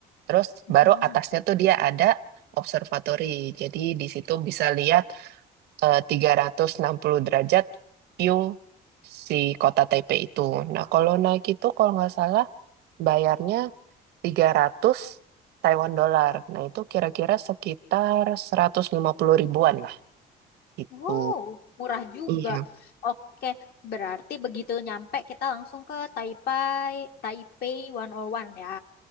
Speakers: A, on the right (about 75°); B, on the left (about 65°).
A: Terus
B: Hmm.
A: baru atasnya tuh dia ada observatory. Jadi di situ bisa lihat eh, 360 derajat view si kota Taipei itu. Nah, kalau naik itu kalau nggak salah bayarnya tiga ratus Taiwan dolar. Nah, itu kira-kira sekitar 150 ribuan lah gitu.
B: Wow, murah juga.
A: Iya.
B: Oke, berarti begitu nyampe kita langsung ke Taipei, Taipei 101 ya.